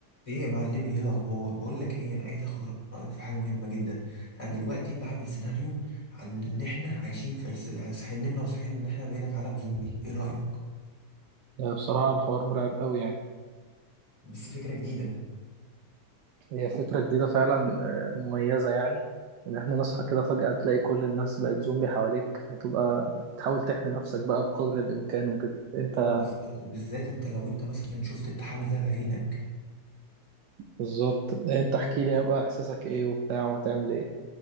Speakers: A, on the left; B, on the right.
A: ايه يا معلمي ايه الاخبار بقول لك ايه انا عايز اخد رايك في حاجه مهمه جدا انا دلوقتي بعمل سيناريو عن ان احنا عايشين في س- صحيح نمنا وصحينا ان احنا بقينا في عالم زومبي ايه رايك
B: آه، بصراحة الحوار مرعب قوي يعني
A: بس فكره جديده
B: هي فكرة جديدة فعلا آه، مميزة يعني إن إحنا نصحى كده فجأة تلاقي كل الناس بقت زومبي حواليك هتبقى بتحاول تحمي نفسك بقى بقدر الإمكان وكده أنت
A: وبز- وبالذات انت لو انت مثلا شفت التحول ده بعينك
B: بالظبط أنت احكي لي هيبقى إحساسك إيه وبتاع وهتعمل إيه